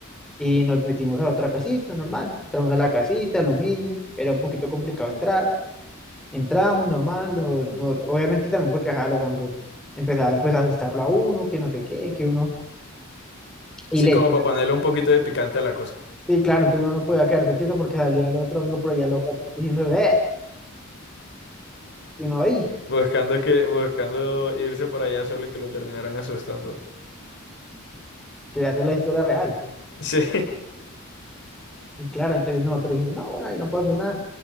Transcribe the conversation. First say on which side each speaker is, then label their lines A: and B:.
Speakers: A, in the centre; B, on the left.
A: y nos metimos a otra casita, normal. Entramos a la casita, lo mismo, era un poquito complicado entrar. Entramos, normal, no- no- obviamente también porque ajá, los anglos empezaban pues a asustarlo a uno, que no sé qué, que uno... Y
B: sí,
A: le
B: como
A: decía,
B: para ponerle un poquito de picante a la cosa,
A: sí, claro, entonces uno no podía quedarse quieto porque salía el otro amigo por allá loco atrás diciendo, eh, y uno ahí,
B: buscando que, buscando irse por allá solo que lo terminaran asustando.
A: quería hacer la historia real.
B: Sí,
A: Y claro, entonces nosotros dijimos, no, bueno, ahí no pasó nada.